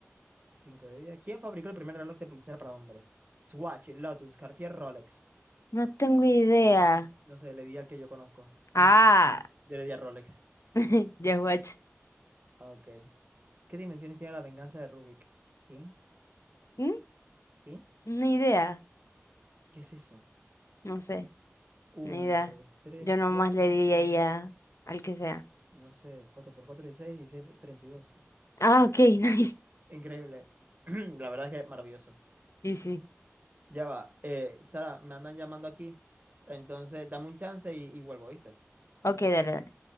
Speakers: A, on the right (about 35°); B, on the left (about 80°).
A: 5 de día. ¿Quién fabricó el primer reloj de pulsera para hombres? Swatch, Lotus, Cartier, Rolex.
B: No tengo idea.
A: No sé, le di al que yo conozco. Ay,
B: Ah,
A: yo le di a Rolex.
B: <laughs> ya watch.
A: Ah, Ok. ¿Qué dimensiones tiene la venganza de Rubik? ¿Qué?
B: ¿Mm?
A: ¿Qué?
B: Ni idea.
A: ¿Qué es eso?
B: No sé,
A: Uno,
B: ni idea.
A: dos, tres,
B: Yo nomás
A: cuatro.
B: le di ahí a- al que sea.
A: No sé, cuatro por cuatro, dieciséis, dieciséis, treinta y dos.
B: Ah, ok, <laughs> nice.
A: Increíble. <clears throat> La verdad es que maravilloso.
B: Y sí.
A: Ya va. Eh, Sara, me andan llamando aquí. Entonces, dame un chance y, y vuelvo, ¿viste?
B: Ok, dale, dale.